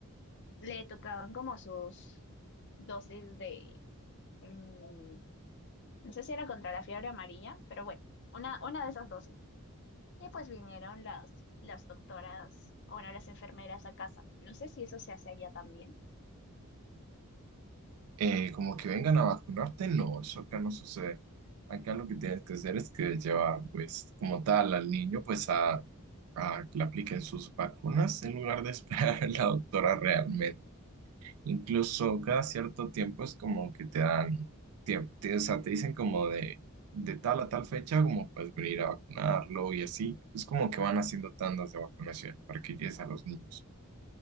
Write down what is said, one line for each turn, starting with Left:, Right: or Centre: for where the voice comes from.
Left: le tocaban como sus dosis de... mm, No sé si era contra la fiebre amarilla, pero bueno, una, una de esas dosis. Y pues vinieron las, las doctoras, o bueno, las enfermeras a casa. No sé si eso se hace allá también.
Right: Eh, como que vengan a vacunarte, no, eso acá no sucede. Acá lo que tienes que hacer es que llevar, pues, como tal, al niño, pues, a, a que le apliquen sus vacunas en lugar de <laughs> esperar a la doctora realmente. Incluso cada cierto tiempo es como que te dan, te, te- o sea, te dicen como de, de tal a tal fecha, como puedes venir a vacunarlo y así. Es como que van haciendo tandas de vacunación para que llegues a los niños.